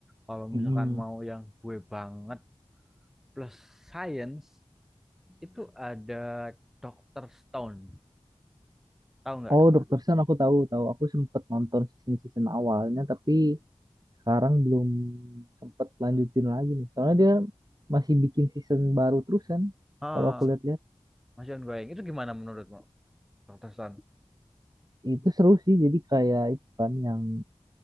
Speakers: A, in the centre; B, on the right.
A: kalau
B: Mm-mm.
A: misalkan mau yang gue banget plus science itu ada Dr. Stone tahu nggak
B: Oh,
A: Dr.
B: Dr. Stone aku tahu tahu aku sempet nonton season-season awalnya tapi sekarang belum sempet lanjutin lagi nih. Soalnya dia masih bikin season baru terus kan.
A: ah
B: Kalau aku lihat-lihat
A: Maksud gue itu gimana menurutmu Dr. Stone
B: itu seru sih jadi kayak itu kan yang